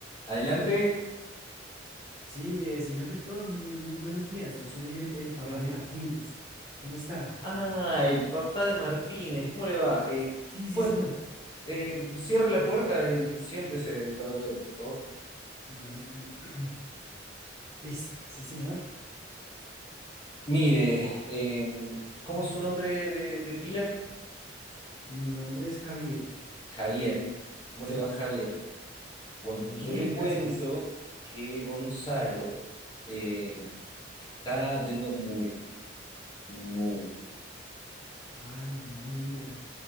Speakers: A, on the left; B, on the right.
A: Adelante.
B: Sí, eh, señor rector, muy, muy buenos días. Yo soy el, el papá
A: Buenos
B: de
A: días.
B: Martínez. ¿Cómo está?
A: Ah, el papá de Martínez, ¿cómo le va? Eh,
B: Sí, sí,
A: pues
B: señor.
A: eh, cierre la puerta y siéntese, caballero, por favor.
B: Bueno, eh, <clears throat> listo. Sí, señor.
A: Mire, eh, ¿cómo es su nombre de, de pila?
B: Mi nombre es Javier.
A: Javier. ¿Cómo
B: Sí.
A: le va Javier? Bueno,
B: Mm,
A: yo
B: Bien,
A: le
B: gracias.
A: cuento que Gonzalo eh, está yendo muy mal, muy
B: Ay, no me diga.